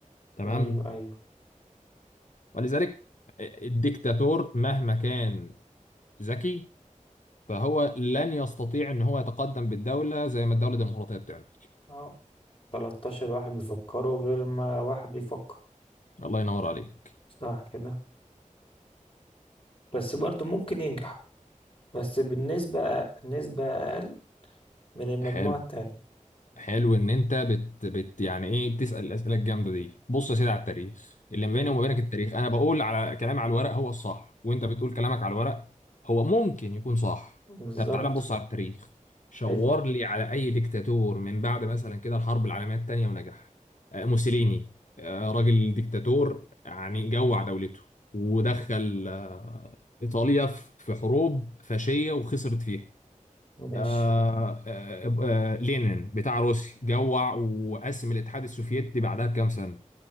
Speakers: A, on the left; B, on the left.
A: تمام
B: أيوة أيوة
A: ولذلك الديكتاتور مهما كان ذكي فهو لن يستطيع ان هو يتقدم بالدولة زي ما الدولة الديمقراطية بتعمل
B: أه 13 واحد بيفكروا غير ما واحد بيفكر
A: الله ينور عليك
B: صح كده بس برضو ممكن ينجح بس بالنسبة نسبة أقل من المجموعة
A: حلو
B: التانية
A: حلو ان انت بت, بت يعني ايه بتسال الاسئله الجامده دي بص يا سيدي على التاريخ اللي ما بيني
B: مم.
A: وما بينك التاريخ انا بقول على كلامي على الورق هو الصح وانت بتقول كلامك على الورق هو ممكن يكون صح
B: بالظبط
A: طب تعالى نبص على التاريخ شاور
B: حلو
A: لي على اي ديكتاتور من بعد مثلا كده الحرب العالميه الثانيه ونجح آه، موسوليني آه، راجل ديكتاتور يعني جوع دولته ودخل آه، ايطاليا في في حروب فاشيه وخسرت فيها
B: ماشي
A: آه آه آه لينين بتاع روسيا جوع وقسم الاتحاد السوفيتي بعدها بكام سنة